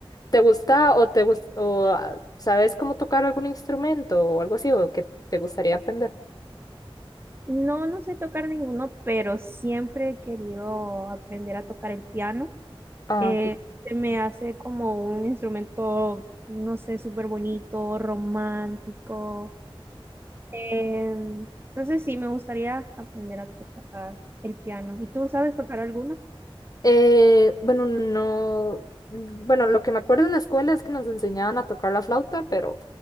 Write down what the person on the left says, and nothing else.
te gusta o te gus- o ah, sabes cómo tocar algún instrumento o algo así o que te gustaría aprender?
Ah,
ok.
Eh, bueno, no, bueno, lo que me acuerdo en la escuela es que nos enseñaban a tocar la flauta, pero